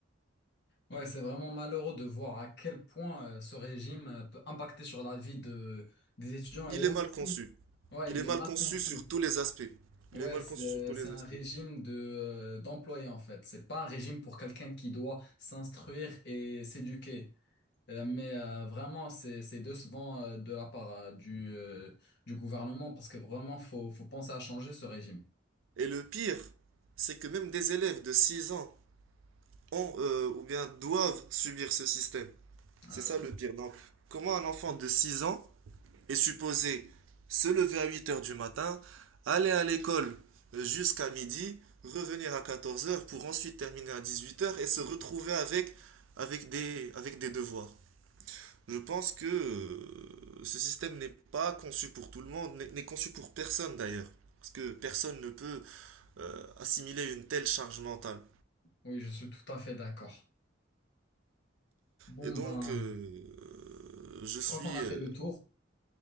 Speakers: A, on the left (about 60°); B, on the right (about 85°).
A: Ouais, c'est vraiment malheureux de voir à quel point euh, ce régime euh, peut impacter sur la vie de, des étudiants et
B: Il
A: aussi,
B: est mal conçu.
A: ouais,
B: Il
A: il
B: est mal
A: est mal
B: conçu
A: conçu.
B: sur tous les aspects.
A: Ouais,
B: Il est mal
A: c'est,
B: conçu
A: euh,
B: sur tous
A: c'est
B: les
A: un
B: aspects.
A: régime de, euh, d'employé en fait. C'est pas un régime pour quelqu'un qui doit s'instruire et s'éduquer. Euh, Mais euh, vraiment, c'est c'est décevant euh, de la part euh, du, euh, du gouvernement parce que vraiment, faut, faut penser à changer ce régime.
B: Et le pire, c'est que même des élèves de 6 ans ont euh, ou bien doivent subir ce système.
A: Ah
B: C'est ça
A: oui,
B: le pire. Donc, comment un enfant de 6 ans est supposé se lever à 8 heures du matin, aller à l'école euh, jusqu'à midi, revenir à 14 heures pour ensuite terminer à 18 heures et se retrouver avec, avec, des, avec des devoirs? Je pense que euh, ce système n'est pas conçu pour tout le monde, n'est n'est conçu pour personne d'ailleurs. Parce que personne ne peut euh, assimiler une telle charge mentale.
A: oui, je suis tout à fait d'accord. Bon,
B: Et donc,
A: ben,
B: euh, je
A: je
B: suis
A: crois qu'on a
B: euh,
A: fait le tour.